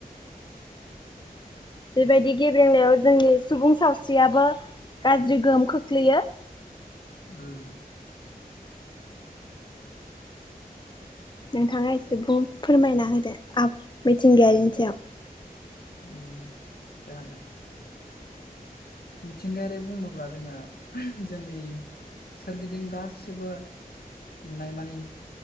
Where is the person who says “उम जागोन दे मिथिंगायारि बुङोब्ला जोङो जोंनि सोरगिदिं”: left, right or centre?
Left